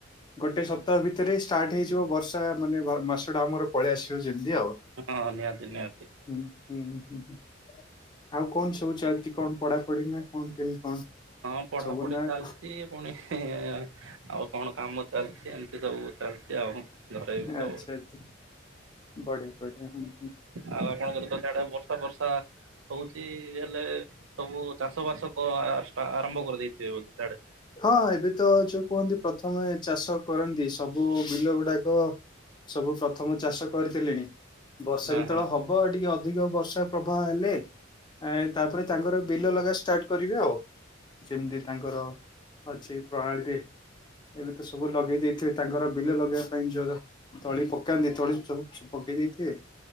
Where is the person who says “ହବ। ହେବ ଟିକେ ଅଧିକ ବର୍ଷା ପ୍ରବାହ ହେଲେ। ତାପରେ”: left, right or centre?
Left